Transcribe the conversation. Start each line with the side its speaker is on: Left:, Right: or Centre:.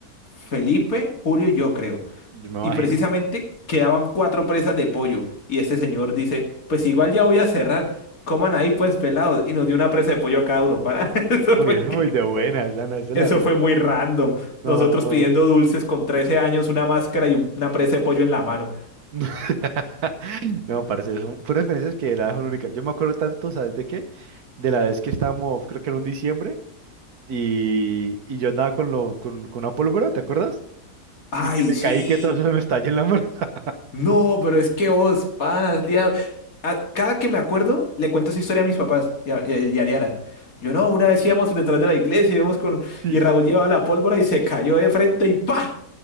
Left: Felipe, Julio y yo, creo
Right: Yo me imagino.
Left: y precisamente quedaban cuatro presas de pollo. Y este señor dice, pues igual ya voy a cerrar, coman ahí pues pelados. Y nos dio una presa de pollo a cada uno. Para... <laughs> Eso
Right: Uy,
Left: fue,
Right: es muy de buenas, Ana, es de
Left: eso
Right: la...
Left: fue muy random.
Right: No.
Left: Nosotros pidiendo dulces con 13 años, una máscara y un- una presa de pollo en la mano.
Right: <laughs> No, parce, son fueron experiencias que la son únicas. Yo me acuerdo tanto, ¿sabes de qué? De la vez que estábamos, creo que era un diciembre, y, y yo andaba con, lo, con, con una pólvora, ¿te acuerdas?
Left: Ay,
Right: Y que me
Left: sí.
Right: caí, que todo eso se me estalló en la mano. <laughs>
Left: No, pero es que vos, panas, liado. A- Cada que me acuerdo, le cuento esa historia a mis papás y a, y a- y a Liana. Yo no, una vez íbamos detrás de la iglesia, íbamos con...
Right: Sí,
Left: Y
Right: sí.
Left: Raúl llevaba la pólvora y se cayó de frente y ¡pa!